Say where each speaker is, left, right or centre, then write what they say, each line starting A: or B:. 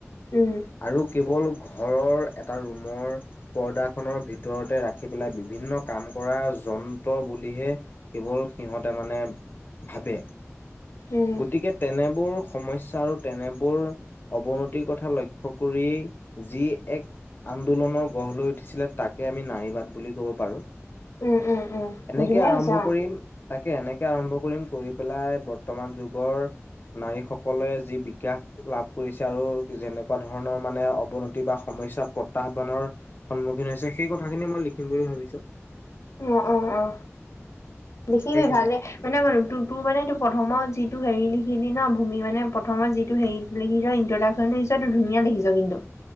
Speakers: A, on the left; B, on the left.
A: উম
B: আৰু কেৱল ঘ ঘৰৰ এটা ৰুমৰ পৰ্দাখনৰ ভিতৰতে ৰাখি পেলাই বিভিন্ন কাম কৰা যন্ত্ৰ বুলিহে কেৱল সিহঁতে মানে ভাবে,
A: উম
B: গতিকে তেনেবোৰ সমস্যা আৰু তেনেবোৰ অৱনতিৰ কথা লক্ষ্য কৰিয়েই যি এক আন্দোলনৰ গঢ় লৈ উঠিছিলে, তাকে আমি নাৰীবাদ বুলি কব পাৰো। এনেকে
A: উম উম উম উম ধুনীয়া
B: আৰম্ভ
A: হৈছে অ
B: কৰিম, তাকে এনেকে আৰম্ভ কৰিম কৰি পেলাই বৰ্তমান যুগৰ, নাৰী সকলে যি বিকাশ লাভ কৰিছে, আৰু যেনেকুৱা ধৰণৰ মানে অৱনতি বা সমস্যা প্ৰত্যাহ্বানৰ সন্মুখীন হৈছে, সেই কথাখিনি মই লিখিম বুলি ভাবিছো
A: অ অ অ, লিখিবি
B: সেইখিনি
A: ভালে, মানে তো তোৰ মানে সেইটো প্ৰথমত যিটো হেৰি লিখিলি ন ভূমি মানে প্ৰথমত যিটো হেৰি লিখিছ ইট্ৰডাকচন লিখিছ সেইটো ধুনীয়া লিখিছ কিন্তু।